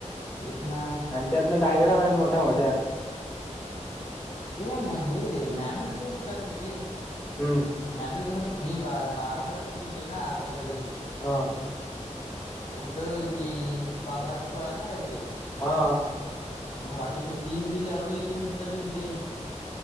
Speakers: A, on the left; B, on the left.
A: इतना
B: त्यातने डायग्राम आहेत मोठ्या मोठ्या
A: ये म हे मॅन्युअल ते मी करन रे
B: हम्म
A: मॅन्युअल कसं मी बारापर्यंत लिहिले ना अर्धकरी
B: हां
A: उघत किती पंधरा कि सोळा आहेत ना काहीतरी
B: हा
A: मग बाकीचे तीन कि चार उरले ती मी स्वतः लिन रे